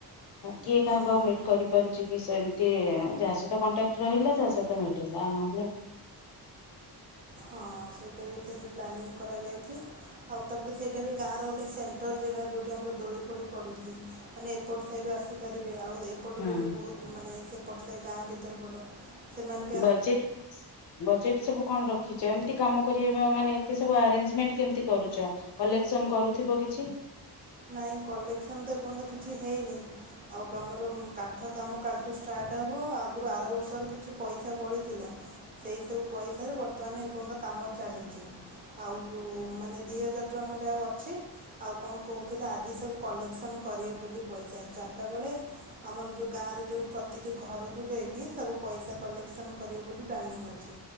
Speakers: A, on the left (about 85°); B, on the right (about 20°).
A: କିଏ
B: ହୁଁ।
A: କାହାକୁ ଆଉ ମିଟ୍ କରିପାରୁଛି କି ସେମିତି ଯାହା ସହିତ କଣ୍ଟାକ୍ଟ ରହିଲା ତାହା ସହିତ ମିଟ୍ ହେ ଲା ନହଲେ
B: ହଁ ସେଇଟା ବି ସେନ ପ୍ଲାନିଂ କରାଯାଇଛି ଆଉ ତାପରେ ସେଇଟା ବି ଗାଁର ଗୋଟେ ସେଣ୍ଟରଲ ଜାଗା ଯେଉଁଠି ଆମର ଦୋଳି ଫୋଳି ପଡ଼ୁଛି ମାନେ ଏପଟ ସାଇଡ଼ୁ ଆସି ପାରିବେ ଆଉ ଏପଟରୁ
A: ହୁଁ
B: ବି ବହୁତ ମାନେ ସେପଟ ସାଇ ଗାଁ ବି ଦର୍ ବଡନ୍ ସେମାନେ
A: ବଜେଟ୍ ବଜେଟ୍ ସବୁ କଣ ରଖିଛ ଏମିତି କାମ ମାନେ ଏତେ ସବୁ ଆରେଞ୍ଜମେଣ୍ଟ କେମତି କରୁଛ କଲେକ୍ସନ କରୁଥିବ କିଛି?
B: ନାଇଁ କଲେକ୍ସନ ତ ଏପର୍ଯ୍ୟନ୍ତ କିଛି ହେଇନି। ଆଉ କାମର କାଠ କାମ କାଲିଠୁ ଷ୍ଟାର୍ଟ ହେବ ଆଗରୁ ଆର ବର୍ଷର କିଛି ପଇସା ବଳି ଥିଲା ସେଇସବୁ ପଇସାରେ ବର୍ତ୍ତମାନ ଏପର୍ଯ୍ୟନ୍ତ କାମ ଚାଲିଚି ଆଉ ମାନେ ଦୁଇ ହଜାର ଟଙ୍କା ଖଣ୍ଡେ ଆଉ ଅଛି ଆଉ କଣ କହୁଥିଲେ ଆଜି ସବୁ କଲେକ୍ସନ୍ କରିବେ ବୋଲି ପଇସା ଚାରିଟା ବେଳେ ଆମର ଯେଉଁ ଗାଁରେ ଯେଉଁ ପ୍ରତିଟି ଘରକୁ ଯାଇକି ସବୁ ପଇସା କଲେକ୍ସନ୍ କରିବେ ବୋଲି ପ୍ଲାନିଂ ଅଛି